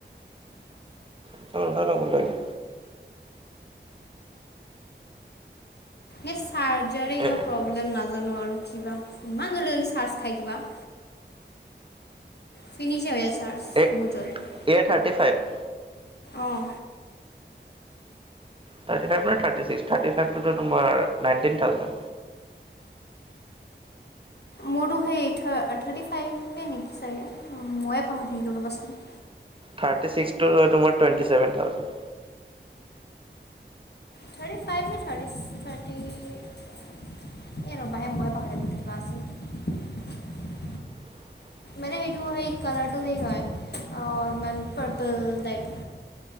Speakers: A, on the right; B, on the left.
A: <unintelligible> ল'ব লাগে।
B: এ চাৰ্জাৰে কিবা
A: এ অ
B: প্ৰব্লেম নাজানো আৰু কিবা ইমান জল্দি জল্দি চাৰ্জ খাই কিবা। ফিনিচ হৈ যাই চাৰ্জ
A: এ
B: বহুতৰ জল্ডি।
A: A thirty five.
B: অঁ।
A: থাৰ্তি ফাইভ নে থাৰ্তি চিক্স থাৰ্তি ফাইভটোত তোমাৰ নাইতিন থাউজেণ্ড।
B: মোৰো সেই থা থাৰ্তি ফাইভে নেকি চাগে, ময়ে পাহৰি থাকিলোঁ ৰ'বাচোন।
A: থাৰ্তি চিক্সটো লৈ তোমাৰ twenty seven thousand.
B: Thirty five নে থাৰ্তিচ থাৰ্তি এই ৰ'বাহে মই পাহাৰি থাকিলোঁ কিবা আছিল।
A: <inaudible>
B: মানে সেইটো সেই কালাৰটো সেই হয় অ অলমান পাৰপল টাইপ।